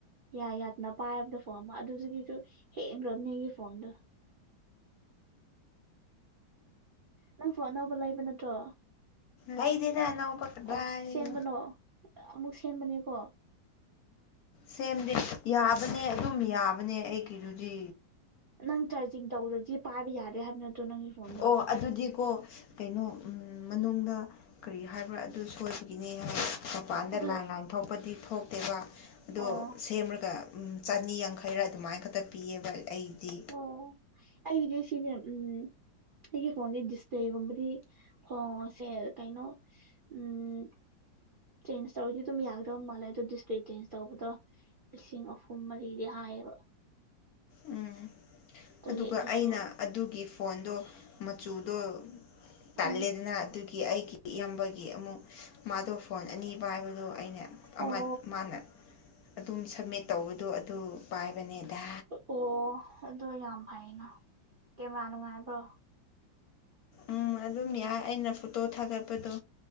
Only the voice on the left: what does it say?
ꯑꯩꯗꯤꯗ ꯑꯅꯧꯕ ꯀꯗꯥꯏꯗꯒꯤ
ꯁꯦꯝꯗꯤ ꯌꯥꯕꯅꯦ ꯑꯗꯨꯝ ꯌꯥꯕꯅꯦ ꯑꯩꯒꯤꯗꯨꯗꯤ
ꯑꯣ ꯑꯗꯨꯗꯤꯀꯣ ꯀꯩꯅꯣ ꯎꯝ ꯃꯅꯨꯡꯗ ꯀꯔꯤ ꯍꯥꯢꯕ꯭ꯔꯥ ꯑꯗꯨ ꯁꯣꯢꯕꯒꯤꯅꯦ ꯍꯥꯢ ꯃꯄꯥꯟꯗ
ꯂꯥꯏꯟ ꯂꯥꯏꯟ ꯊꯣꯛꯄꯗꯤ ꯊꯣꯛꯇꯦꯕ ꯑꯗꯣ
ꯁꯦꯝꯃꯒ ꯎꯝ ꯆꯥꯥꯅꯤ ꯌꯥꯡꯈꯩꯔ ꯑꯗꯨꯃꯥꯏꯟ ꯈꯛꯇ ꯄꯤꯌꯦꯕ ꯑꯩꯗꯤ
ꯎꯝ
ꯑꯗꯨꯒ
ꯑꯩꯅ ꯑꯗꯨꯒꯤ ꯐꯣꯟꯗꯣ ꯃꯆꯨꯗꯣ ꯇꯜꯂꯦꯗꯅ
ꯑꯗꯨꯒꯤ ꯑꯩꯒꯤ ꯏꯌꯥꯝꯕꯒꯤ ꯑꯃꯨꯛ ꯃꯥꯗꯣ ꯐꯣꯟ ꯑꯅꯤ ꯄꯥꯢꯕꯗꯣ ꯑꯩꯅ ꯑꯃ
ꯃꯥꯅ ꯑꯗꯨꯝ ꯁꯃꯤꯠ ꯇꯧꯕꯗꯣ ꯑꯗꯨ ꯄꯥꯢꯕꯅꯤꯗ
ꯎꯝ ꯑꯗꯨꯝ ꯌꯥꯢ ꯑꯩꯅ ꯐꯣꯇꯣ ꯊꯥꯒꯠꯄꯗꯣ